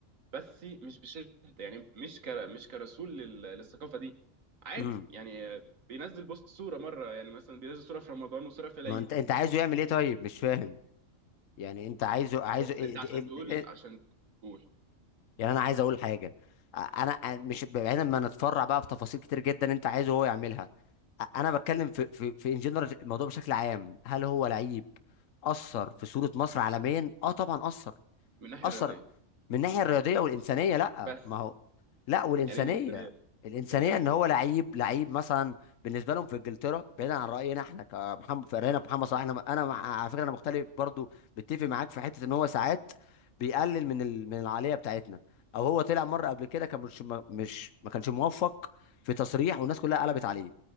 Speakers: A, on the right; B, on the left.
A: بس مش بشده يعني مش كر... مش كرسول لل... للثقافه دي عادي
B: امم
A: يعني آه، بينزل بوست صوره مره يعني مثلا بينزل صوره في رمضان وصوره في العيد
B: ما انت انت عايزه يعمل ايه طيب مش فاهم يعني انت عايزه عايزه
A: بص
B: إيه-
A: انت عشان
B: إيه-
A: تقول
B: إيه-
A: عشان تقول
B: يعني انا عايز اقول حاجه أ- انا أ- مش بعيدا ما نتفرع بقى في تفاصيل كتير جدا انت عايزه هو يعملها أ- انا بتكلم في في في ان جنرال الموضوع بشكل عام هل هو لعيب اثر في صوره مصر عالميا اه طبعا اثر
A: من الناحيه
B: اثر
A: الرياضيه
B: من الناحيه الرياضيه والانسانيه لا
A: بس
B: ما هو لا والانسانيه
A: يعني ايه الانسانيه
B: الانسانيه
A: يعني ايه الانسان
B: ان هو لعيب لعيب مثلا بالنسبه لهم في انجلترا بعيدا عن راينا احنا كمحمد فرقنا محمد صلاح انا انا مع- على فكره انا مختلف برضو متفق معاك في حته ان هو ساعات بيقلل من ال... من العاليه بتاعتنا او هو طلع مره قبل كده كان مش ما- مش ما كانش موفق في تصريح والناس كلها قلبت عليه